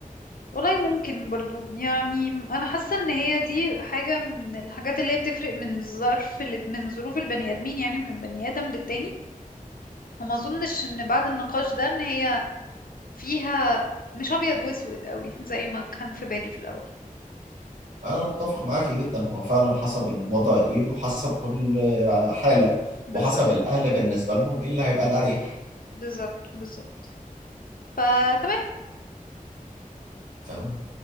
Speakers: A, on the left (about 80°); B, on the right (about 60°).
A: والله ممكن برضو يعني انا حاسه ان هي دي حاجه من الحاجات اللي هي بتفرق من ظرف ال- من ظروف البني ادمين يعني من بني ادم للتاني وما اظنش ان بعد النقاش ده ان هي فيها مش ابيض واسود قوي زي ما كان في بالي في الاول
B: انا متفق معاكي جدا هو فعلا حسب الوضع ايه وحسب كل حاله
A: بالظبط
B: وحسب الاهل بالنسبه لهم ايه اللي هيبقى الاريح
A: بالظبط بالظبط فتمام
B: تمام